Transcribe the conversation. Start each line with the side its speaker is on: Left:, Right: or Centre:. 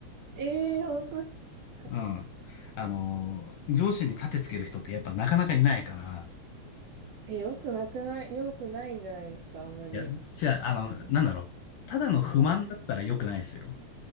Right: ええー、本当ですか。
Left: うん。あの、上司に立てつける人ってやっぱなかなかいないから、
Right: <laughs> え、よくなくない、よくないんじゃないですか、あんまり。
Left: いや、じゃあ、あの、
Right: うん。
Left: なんだろう。ただの不満だったら良くないですよ。
Right: 反対